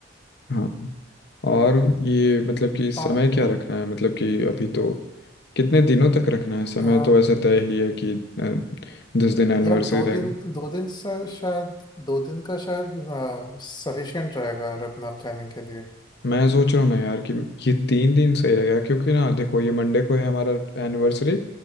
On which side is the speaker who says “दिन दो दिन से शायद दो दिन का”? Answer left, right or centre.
Left